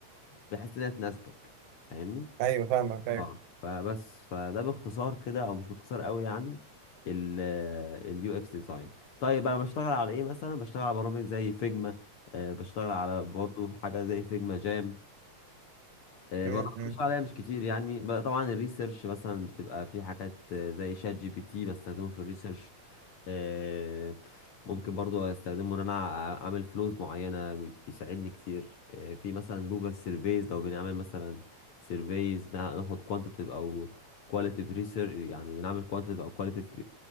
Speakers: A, on the left; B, on the right.
A: بحيث انها تناسبك فاهمني
B: ايوه فاهمك ايوه
A: اه فبس فده باختصار كده او مش باختصار قوي يعني اليو اكس ديزاين طيب انا بشتغل على ايه مثلا بشتغل على برامج زي فيجما بشتغل على برضو حاجه زي فيجما جام آه،
B: مم.
A: برامج
B: مم.
A: بشتغل عليها مش كتير يعني ب- طبعا الريسيرش مثلا بتبقى في حاجات آه، زي شات جي بي تي بستخدمه في الريسيرش آه، ممكن برضو استخدمه ان انا أع- اعمل فلوز معينة بي- بيساعدني كتير آه، في مثلا جوجل سيرفيز لو بنعمل مثلا سيرفيز ناخد كوانتيتيف او كواليتيف ريسيرش يعني نعمل كوانتيتيف او كواليتيف